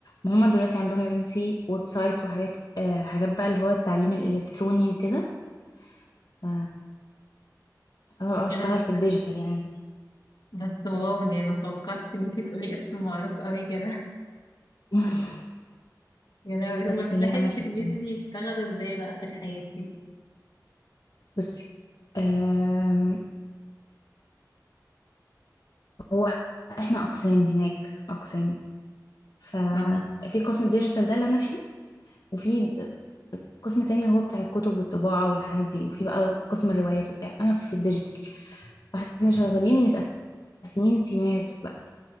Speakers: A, on the left (about 65°); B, on the left (about 80°).
A: هما دلوقتي عندهم يا بنتي ويب سايت وحاجات آه حاجات بقى اللي هو التعليم الإلكتروني وكده ف أنا بشتغل
B: ايه ده بس
A: في الديجيتال يعني
B: بس واو دي انا متوقعتش ان انتي تقولي اسم معروف قوي كده <laughs>
A: <laughs>
B: يا لهوي
A: بس
B: امال سلاح
A: هي
B: التلميذ
A: أنا شايفة إيه.
B: بيشتغل ازاي بقى في الحياة دي
A: بصي آم، هو احنا أقسام هناك أقسام ففي
B: اه
A: قسم الديجيتال ده اللي أنا فيه وفي قسم تاني اللي هو بتاع الكتب والطباعة والحاجات دي وفي بقى قسم الروايات وبتاع أنا في الديجيتال فاحنا شغالين متقسمين تيمات بقى